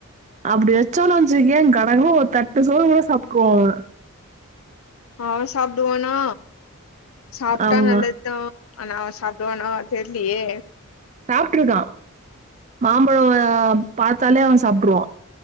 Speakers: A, on the right (about 35°); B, on the left (about 75°).
A: அப்டி வச்சோன்னு வச்சுகேயேன் கடகடன்னு ஒரு தட்டு சோறு கூட சாப்பிடுவ அவ
B: அவ சாப்பிடுவானா சாப்பிட்டா
A: அவ ஆமா
B: நல்லதுதா ஆனா அவ சாப்பிடுவானா தெர்லியே
A: சாப்பிட்டுருக்கா மாம்பழோ பாத்தாலே அவ சாப்ட்ருவா